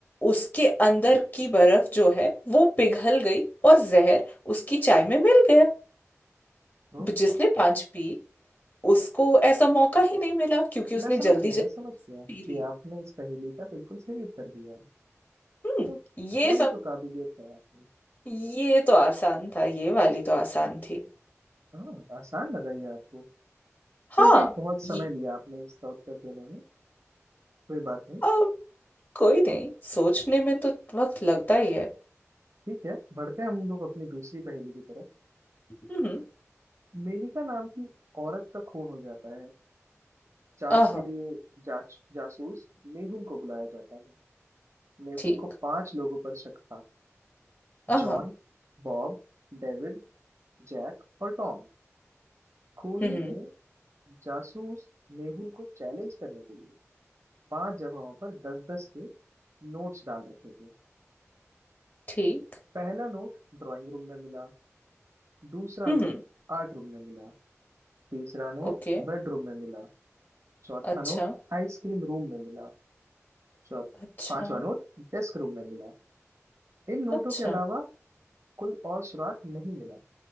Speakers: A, on the left (about 40°); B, on the right (about 70°).
A: उसके अंदर की बर्फ जो है वो पिघल गई और जहर उसकी चाय में मिल गया
B: ओ
A: जिसने पांच पी उसको ऐसा मौका ही नहीं मिला क्योंकि उसने
B: मैं समझ
A: जल्दी
B: गया
A: जल्दी
B: मैं समझ गया कि
A: पी ली
B: आपने इस पहेली का बिल्कुल सही उत्तर दिया है
A: हम्म
B: चलो
A: ये
B: थोड़ी
A: सब
B: तो काबिलियत है आप में
A: ये तो आसान था ये वाली तो आसान थी
B: हाँ आसान लगा ये आपको फिर
A: हाँ
B: भी बहुत समय
A: ये
B: लिया आपने इसका उत्तर देने में कोई बात नहीं
A: अब कोई नहीं सोचने में तो वक्त लगता ही है
B: ठीक है बढ़ते हैं हम लोग अपनी दूसरी पहेली की तरफ
A: हम्म
B: मेनका नाम की औरत का खून हो जाता है जांच
A: आहा
B: के लिए जांच जासूस मेहुल को बुलाया जाता है मेहुल
A: ठीक
B: को पांच लोगों पर शक था
A: हाँ
B: जॉन बॉब डेविड जैक और टॉम खूनी
A: हम्म
B: ने जासूस मेहुल को चैलेंज करने के लिए पांच जगहों पर दस दस से नोट्स डाल रखे थे
A: ठीक
B: पहला नोट ड्राइंग रूम में मिला दूसरा
A: हम्म
B: नोट आर्ट रूम में मिला तीसरा नोट
A: ओके
B: बेडरूम में मिला चौथा
A: अच्छा
B: नोट आइसक्रीम रूम में मिला चौथ
A: अच्छा
B: पांचवा नोट डेस्क रूम में मिला इन नोटों
A: अच्छा
B: के अलावा कोई और सुराग नहीं मिला